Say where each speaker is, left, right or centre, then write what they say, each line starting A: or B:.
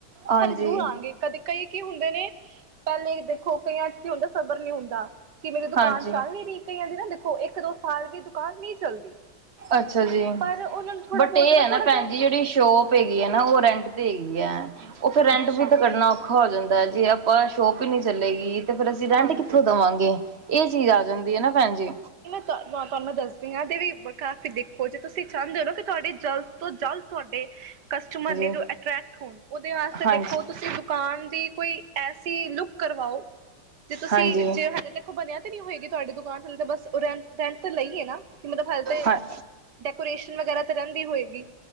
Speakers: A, on the right; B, on the right.
A: ਹਾਂਜੀ
B: ਹਲੇ ਜ਼ਰੂਰ ਆਨਗੇ ਕਦੇ ਕਈ ਕੀ ਹੁੰਦੇ ਨੇ ਪੈਲੇ ਦੇਖੋ ਕਈਆਂ ਚ ਕੀ ਹੁੰਦਾ ਸਬਰ ਨੀ ਹੁੰਦਾ। ਕਿ ਮੇਰੀ ਦੁਕਾਨ
A: ਹਾਂਜੀ
B: ਚੱਲ ਨੀ ਰੀ, ਕਈਆਂ ਦੀ ਨਾ ਦੇਖੋ ਇੱਕ ਦੋ ਸਾਲ ਵੀ ਦੁਕਾਨ ਨਈ ਚੱਲਦੀ।
A: ਅੱਛਾ ਜੀ।
B: ਪਰ ਉਹਨਾਂ ਨੂੰ ਥੋੜ੍ਹਾ
A: ਬਟ
B: ਬਹੁਤ
A: ਏ ਐ
B: ਥੋੜ੍ਹਾ
A: ਨਾ
B: ਜਿਹਾ
A: ਭੈਣ ਜੀ ਜੇੜੀ ਸ਼ੋਪ ਪ ਹੈਗੀ ਏ ਨਾ ੳ ਰੈਂਟ ਤੇ ਹੈਗੀ ਐ, ੳ ਫੇਰ ਰੈਂਟ
B: ਅੱਛਾ
A: ਵੀ ਕੱਢਣਾ ਔਖਾ ਹੋ ਜਾਂਦਾ ਏ ਜੇ ਅ ਪਾਂ ਸ਼ੋਪ ਈ ਨੀ ਚੱਲੇਗੀ ਤੇ ਫੇਰ ਅਸੀਂ ਰੈਂਟ
B: ਹਾਂਜੀ
A: ਕਿੱਥੋਂ ਦਵਾਂਗੇ, ਏ ਚੀਜ਼ ਆ ਜਾਂਦੀ ਏ ਨਾ ਭੈਣ ਜੀ।
B: ਤੁ ਤੁਆ ਤੁਆਨੂੰ ਮੈਂ ਦੱਸਦੀ ਆਂ ਤੇ ਵੀ ਕਾਫ਼ੀ ਦੇਖੋ ਜੇ ਤੁਸੀਂ ਚਾਂਦੇ ਹੋ ਕਿ ਤੁਹਾਡੀ ਜਲਦ ਤੋਂ ਜਲਦ ਤੁਹਾਡੇ ਕਸਟਮਰ ਨੇ
A: ਹਾਂਜੀ
B: ਜੋ ਅਟਰੈਕਟ ਹੋਨ ਉਦੇ ਵਾਸਤੇ
A: ਹਾਂਜੀ
B: ਦੇਖੋ ਤੁਸੀਂ ਦੁਕਾਨ ਦੀ ਕੋਈ ਐਸੀ ਲੁੱਕ ਕਰਵਾਓ ਜੇ ਤੁਸੀਂ
A: ਹਾਂਜੀ
B: ਜੇ ਹਲੇੇ ਦੇਖੋ ਬਨਿਆ ਤੇ ਨਈ ਹੋਏਗੀ ਤੁਹਾਡੀ ਦੁਕਾਨ ਹਾਲੇ ਤਾਂ ਬਸ ੳ ਰੈਂਟ-ਰੈਂਟ ਤੇ ਲਈ ਏ ਨਾ? ਕਿ ਮਤਲਬ ਹਲ ਤੇ
A: ਹਾਂ
B: ਡੈਕੋਰੇਸ਼ਨ ਵਗੈਰਾ ਤੇ ਰੈਂਦੀ ਹੋਏਗੀ।